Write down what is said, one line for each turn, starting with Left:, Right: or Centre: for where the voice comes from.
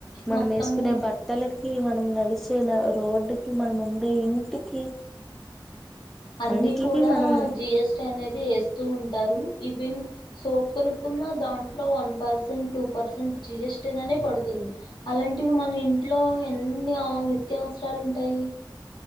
Centre: మనం
Left: మొత్తము
Centre: వేసుకునే బట్టలకి మనం నడిచే రోడ్డుకి మనం ఉండే ఇంటికి
Left: అన్ని
Centre: అన్నిటికి
Left: కూడా
Centre: మనం
Left: జిఎస్టి అనేది వేస్తూ ఉంటారు ఈవెన్ సోప్ కొనుక్కున్న దాంట్లో వన్ పర్సెంట్ టూ పర్సెంట్ జిఎస్టిదనే పడుతుంది అలాంటివి మన ఇంట్లో ఎన్ని నిత్య అవసరాలు ఉంటాయి